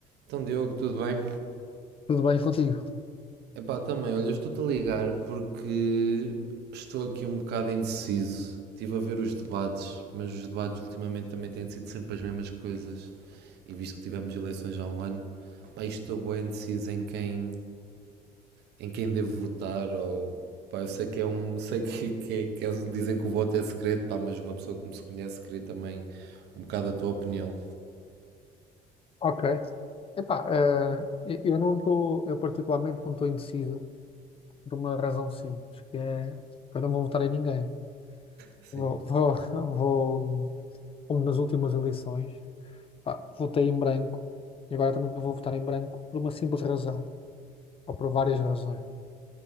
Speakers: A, on the right; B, on the left.
A: Então, Diogo, tudo bem?
B: Tudo bem contigo?
A: Epá, também, olha, eu estou-te a ligar porque estou aqui um bocado indeciso. Estive a ver os debates, mas os debates ultimamente também têm sido sempre as mesmas coisas. E visto que tivemos eleições há um ano, pá, estou bem indeciso em quem, em quem devo votar ou... Pá, eu sei que é um... Sei que, que, é- que é- dizem que o voto é secreto, pá, mas uma pessoa que me se conhece queria também um bocado a tua opinião.
B: Ok. Epá, eh, eu eu não estou, eu particularmente não estou indeciso por uma razão simples, que é que eu não vou votar em ninguém.
A: Sim.
B: Vou, vou, <laughs> vou, como nas últimas eleições, pá, votei em branco e agora também vou votar em branco por uma simples razão, ou por várias razões.